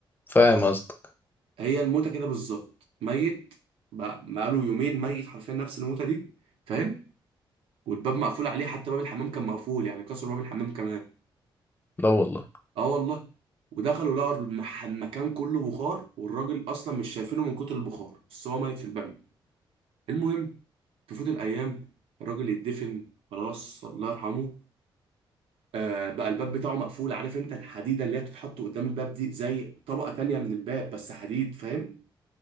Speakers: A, on the left (about 20°); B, on the right (about 90°).
A: فاهم قصدك
B: هي الموتة كده بالظبط ميت بقى بقاله يومين ميت حرفيا نفس الموتة دي فاهم والباب مقفول عليه حتى باب الحمام كان مقفول يعني كسروا باب الحمام كمان
A: لا والله
B: اه والله ودخلوا لقوا المح- المكان كله بخار والراجل اصلا مش شايفينه من كتر البخار بس هو ميت في البانيو المهم تفوت الايام الراجل يتدفن خلاص الله يرحمه آه بقى الباب بتاعه مقفول عارف انت الحديده اللي هي بتتحط قدام الباب دي زي طبقه تانية من الباب بس حديد فاهم